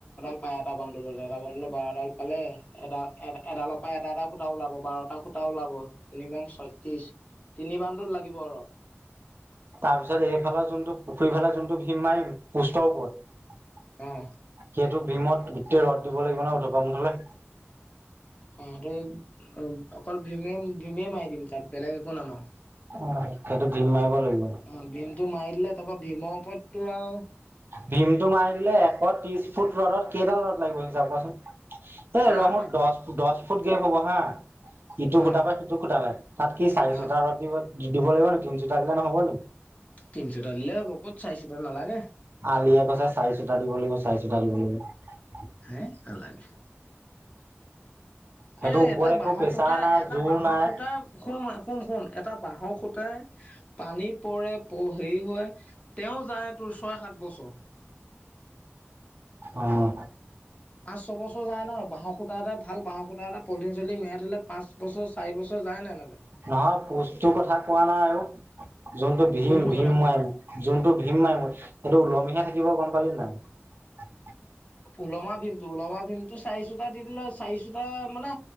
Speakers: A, on the left (about 30°); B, on the right (about 50°).
A: অ' এটা বান্দোলত এটা বান্দলত বাৰডাল পালে, এডা ‌- এট - এডালৰ পৰা এটা এটা খুটা ওলাব বাৰটা খুটা টা ওলাব, তিনি বাৰং ছয়ত্ৰিছ, তিনি বান্দুল লাগিব ৰড।
B: তাৰপিছত এইফালৰ যোনটো পুখুৰী ফালে যোনটো ভীম মাৰিম পোষ্টৰ ওপৰত
A: অহ।
B: সেইটো ভীমত গোটেই ৰড দিব লাগিব নহয় উধপা মুধলে।
A: অ' তই অ অকল ভীমে - ভীমেই মাৰি দিম। তাত বেলেগ একো নামাৰো।
B: অ' সেইটো ভীম মাৰিব লাগিব।
A: অ' ভীমটো মাৰি দিলে তাৰ পৰা ভীমৰ ওপৰতটো আও
B: ভীমটো মাৰি দিলে এশ ত্ৰিছ ফুট ৰ'ডত কেইডাল ৰ'দ লাগিব হিচাব কৰা চোন? এ
A: আহ
B: ৰঙত দছ ফু - দছ ফুট গেপ হ'ব হা। ইটো
A: অ
B: খুটাৰ পা সিটো খুটা লে, তাত কি চাৰি
A: অ
B: ছুতা ৰড দিব দি - দিব লাগিব নি তিনছুতা দিলে নহ'ব নি?
A: তিনিছুটা দিলে হ'ব ক'ত চাৰিছুটা নালাগে।
B: আলিয়ে কৈছে চাৰি ছুটা দিব লাগিব, চাৰি ছুটা দিব লাগিব।
A: হে নালাগে।
B: সেইটো
A: আ
B: ওপৰত
A: এটা
B: একো
A: বাঁহৰ
B: প্ৰেছাৰ
A: সূতা
B: নাই
A: এটা
B: জোৰ
A: বাঁহৰ
B: নাই
A: সূতা স শুন শুন এটা বাঁহৰ খুটাই পানী পৰে হেৰি হয় তেওঁ যায় ছয় সাত বছৰ
B: উম
A: পাঁচ ছবছৰ যায় ন বাঁহৰ খুঁটা এটা ভাল বাঁহ খুঁটা এটা ভাল পলিথিন চলিথিন মেৰাই থলে পাঁচ বছৰ চাৰি বছৰ যায় নাই নে নাযায়
B: নহয় পোষ্টটোৰ কথা কোৱা নাই অও যোনটো ভীম
A: কোনটো
B: ভীম
A: কথা কৈছো
B: মাই যোনটো ভীম মাই সেইটো ওল তুমিহে থাকিব গম পালি নাই
A: ওলমা বিলটো ওলমা ভীমটো চাৰিশুটা দি দিলে চাৰিশুটা মানে